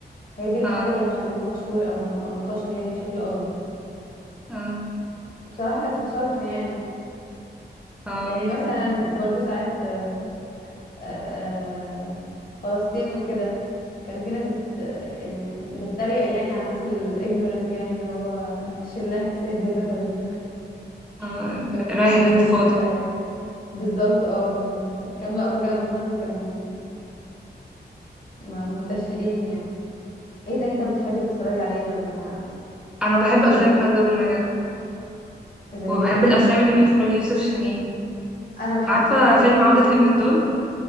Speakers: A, on the left; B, in the centre.
A: هي دي الحاجه
B: اه
A: اللي خلته مشهور او او انتشر يعني بشكل اكبر
B: اه
A: بصراحه كانت في صالحه يعني
B: اه,
A: يعني مثلا برضو ساعات آه، آه، فلسطين وكده كان في ناس بت آه، بتتريق يعني على الناس الاجنورنت يعني ان هو <laughs> شلاه يا سيد يا بدوي
B: آه.
A: <laughs> من
B: رايح
A: من ال-
B: الانتفاضة
A: من المسلسل يعني بالظبط اه من كام لقطه كده من المسلسل كانوا م- منتشرين يعني ايه تاني طب بتحبي تتفرجي عليه ولا
B: انا بحب
A: ايه
B: افلام
A: بيعجبك
B: خالد ابو النجا
A: زي
B: وبحب
A: ايه
B: الافلام اللي من اخراج يوسف شاهين
A: انا بحب
B: عارفة
A: افلام احمد
B: فيلم عودة
A: يوسف
B: لابن الضال
A: هندسة